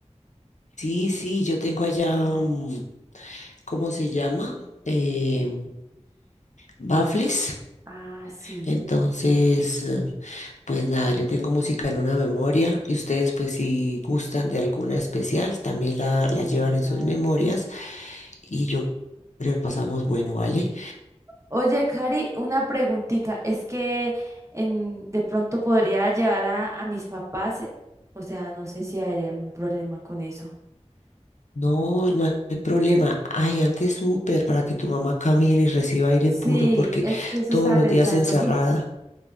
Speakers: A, on the left; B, on the right.
A: Sí, sí, yo tengo allá, mm, ¿cómo se llama? Eh, bafles.
B: Ah, sí,
A: Entonces, eh, pues nada, yo tengo música en una memoria y ustedes pues si gustan de alguna especial, también la,
B: sí,
A: la llevan
B: claro.
A: en sus memorias y yo creo que pasamos bueno, ¿vale?
B: Oye, Cari, una preguntita, es que en, de pronto podría llevar a, a mis papás, eh, o sea, no sé si habría algún problema con eso.
A: No, no hay problema. Ay, antes súper para que tu mamá camine y reciba aire
B: Sí,
A: puro porque
B: es que eso
A: todos
B: estaba
A: los
B: pensando.
A: días encerrada,
B: <laughs>